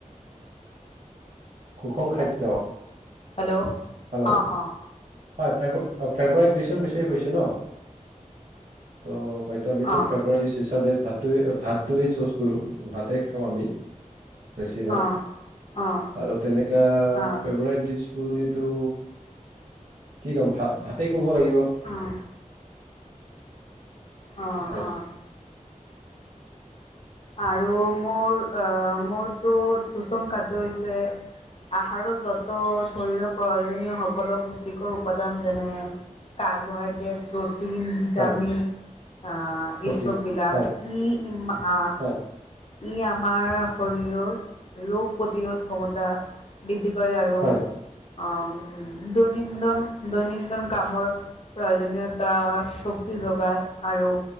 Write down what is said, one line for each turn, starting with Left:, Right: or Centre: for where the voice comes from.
Right: সুষম খাদ্য।
Left: হেল্ল'
Right: হেল্ল'
Left: অ', অ'।
Right: হয় <unintelligible> অ', ফেব্ৰুৱাৰীত ডিছৰ বিছয়ে কৈছে ন'? তো হয়টো আমি <unintelligible>
Left: অঁ
Right: হিচাপে ভাত টোৱে ভাতটোৱে চুজ কৰোঁ, ভাতে খাওঁ আমি। বেছিভাগ
Left: অঁ অঁ
Right: আৰু তেনেকা
Left: অঁ
Right: ফেভৰেট ডিছ টো এইটো কি কম ভাত? ভাতে ক'ব লাগিব।
Left: অঁ অ',
Right: হয়
Left: অ'। আৰু মোৰ অ', মোৰ তটো শুচুম কাদই যে আহাৰৰ য'ত শৰীৰৰ প্ৰয়োজনীয় সকলো পুষ্টিকৰ উপাদান যেনে কাৰ্বহাই টো প্ৰ'টিন, ভিটামিন
Right: হয়
Left: আ
Right: প্ৰটিন
Left: এই চববিলাক,
Right: হয়
Left: ই ইম আ
Right: হয়
Left: ই আমাৰ শৰীৰৰ ৰোগ প্ৰতিৰোধ ক্ষমতা বৃদ্ধি কৰে আৰু
Right: হয়
Left: অ' দৈনন্দিন দৈনন্দিন কামৰ প্ৰয়োজনীয়তা শক্তি যোগায় আৰু